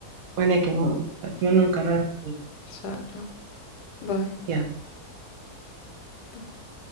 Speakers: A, on the right; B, on the left.
A: وأنا كمان
B: <laughs>
A: أتمنى نكررها تاني.
B: إن شاء الله باي
A: يلا
B: باي